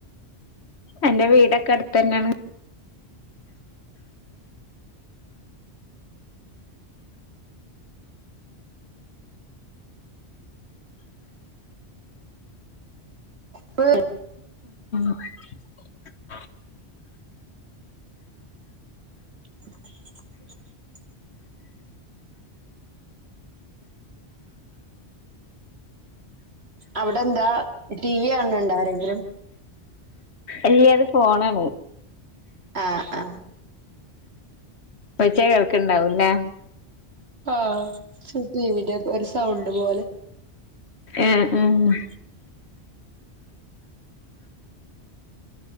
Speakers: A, on the left (about 75°); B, on the right (about 70°).
A: എന്റെ വീടൊക്കെ അടുത്ത തന്നെയാണ്
B: പ്
A: <inaudible>
B: <inaudible> അവിടെ എന്താ ടി വി കണണ്ടോ ആരെങ്കിലും
A: അല്ലിയത് ഫോണാണ്
B: ആ ആ
A: ഒച്ച കേൾക്കണ്ടാവൂല്ലേ
B: ആ സ ടി വി യുടെ ഒരു സൗണ്ട് പോലെ
A: ആ അഹ്